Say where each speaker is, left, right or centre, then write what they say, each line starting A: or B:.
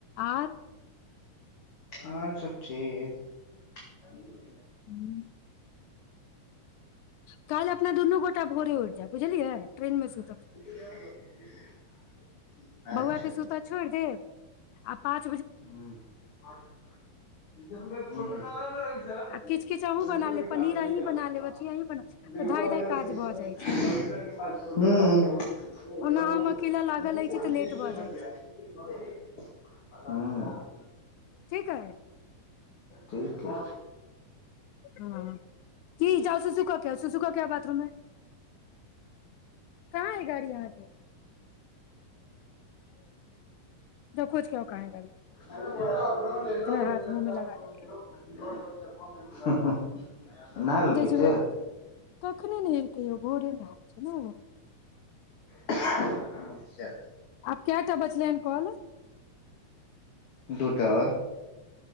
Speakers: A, on the left; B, on the left.
A: आर
B: अच्छा ठीक अभी त
A: ह्म काल अपना दुनू गोटा भोरे उठ जाय बुझलियै ट्रेन मे सु
B: <unintelligible> अच्छा
A: बौआ के सुता छोड़ देब आ पच
B: ह हू
A: आ किछु किछु अहूँ बना लेब पनीर अहीं बना लेब अथी अहीं बना तऽ धाय धाय काज भऽ जाइ छै ओना हम अकेला लागल रहै छी तऽ लेट भऽ जाइ छै
B: हँ
A: ठीक ह
B: ठीक य
A: ह कि जाउ सुसु कऽ के सुसु कऽ के आउ बाथरूम मे कहाँ है गाड़ी अहाँके तऽ खोछ के आउ कहाँ है
B: <unintelligible>
A: हाथ मुँह मे लगा देलकै
B: नहाय लेलकै
A: जाइ छै ओकरा
B: से
A: कखने नहेलकै यौ भोरे नहाय छै ने
B: अच्छा
A: आब कै टा बचले हन कॉल
B: दूटा आओर